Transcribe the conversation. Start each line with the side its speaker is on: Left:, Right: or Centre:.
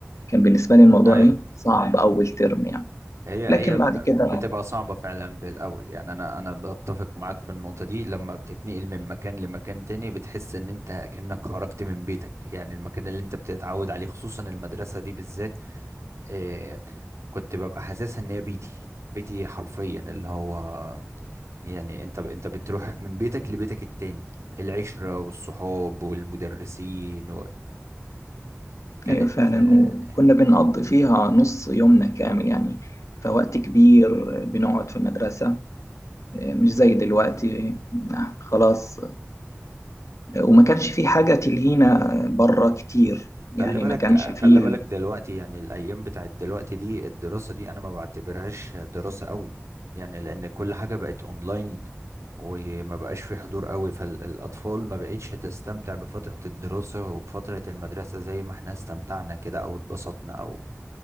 Left: كان بالنسبة لي الموضوع
Right: ايوه
Left: إيه صعب أول ترم يعني
Right: هي
Left: لكن
Right: هي ب-
Left: بعد كده
Right: بتبقى صعبة فعلا بالاول يعني انا انا بتفق معاك في النقطة دي لما بتتنقل من مكان لمكان تاني بتحس ان انت كأنك خرجت من بيتك يعني المكان اللي انت بتتعود عليه خصوصا المدرسة دي بالذات آه، كنت ببقى حاسسها ان هي بيتي بيتي حرفيا اللي هو يعني انت انت بتروح من بيتك لبيتك التاني العشرة والصحاب والمدرسين وكانت
Left: أيوة فعلا
Right: آه،
Left: وكنا بنقضي فيها نص يومنا كامل يعني فوقت كبير بنقعد في المدرسة مش زي دلوقتي آه، خلاص وما كانش في حاجة تلهينا بره كتير يعني
Right: خلي بالك
Left: ما كانش فيه
Right: خلي بالك دلوقتي يعني الايام بتاعت دلوقتي دي الدراسة دي انا ما بعتبرهاش دراسة قوي يعني لان كل حاجة بقت اونلاين وما بقاش في حضور قوي فالاطفال ما بقتش تستمتع بفترة الدراسة وبفترة المدرسة زي ما احنا استمتعنا كده او اتبسطنا او